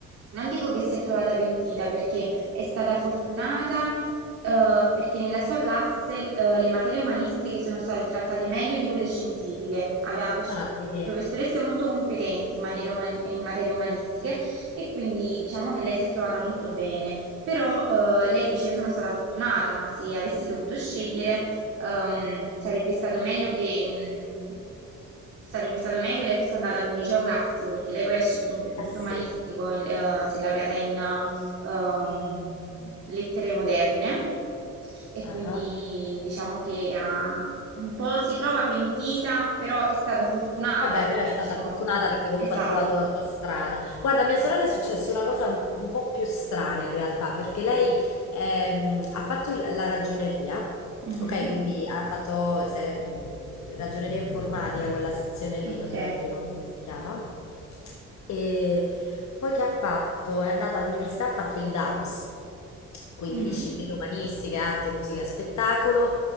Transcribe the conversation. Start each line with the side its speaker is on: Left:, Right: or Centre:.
Right: non dico che si è trovata pentita perché è stata fortunata, eh, perché nella sua classe, eh, le materie umanistiche sono state trattate meglio di quelle scientifiche. Aveva pers-
Left: ah, quindi,
Right: professoresse
Left: eh
Right: molto competenti in maniera umani- in materie umanistiche e quindi diciamo che lei si è trovata molto bene. Però eh, lei dice io sono stata fortunata, ma se avessi dovuto scegliere Ehm, sarebbe stato meglio che, mh, sarebbe stato meglio che lei fosse andata ad un liceo classico, perché lei poi ha scelto un percorso
Left: sì.
Right: umanistico, il- eh, si è laureata in ehm, lettere moderne e
Left: Ah.
Right: quindi diciamo che ha, un po' si trova pentita, però è stata fortunata,
Left: Vabbè,
Right: quindi
Left: però è stata
Right: diciamo
Left: fortunata perché comunque
Right: esatto.
Left: ha trovato la sua strada. Guarda, a mia
Right: Sì.
Left: sorella è successa una cosa un, un po' più strana in realtà, perché lei ehm, ha fatto il- la ragioneria,
Right: Mhm,
Left: ok? Quindi ha fatto se- ragioneria informatica, quella sezione lì,
Right: Ok.
Left: non, non ricordo come si chiama. E poi che ha fatto? È andata all'università, ha fatto il DAMS quindi
Right: Mm.
Left: discipline umanistiche, arte, musica, spettacolo.